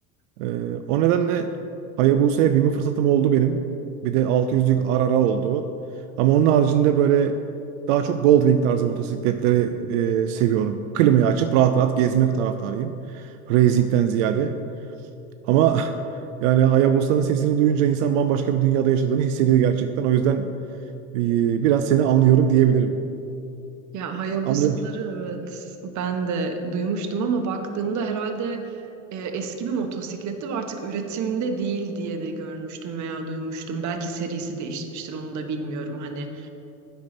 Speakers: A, on the right; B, on the right.
A: Ee, o nedenle Hayabusa'ya binme fırsatım oldu benim. Bir de 600'lük Arara oldu. Ama onun haricinde böyle daha çok Goldwing tarzı motosikletleri e, seviyorum. Klimayı açıp rahat rahat gezmek taraftarıyım. Racing'den ziyade. Ama <laughs> yani Ayabosa'nın sesini duyunca insan bambaşka bir dünyada yaşadığını hissediyor gerçekten. O yüzden e, biraz seni anlıyorum diyebilirim.
B: ya Hayabusa'ları
A: Ama <laughs>
B: evet ben de duymuştum ama baktığımda herhalde e, eski bir motosikletti ve artık üretimde değil diye de görmüştüm veya duymuştum. Belki serisi değişmiştir onu da bilmiyorum hani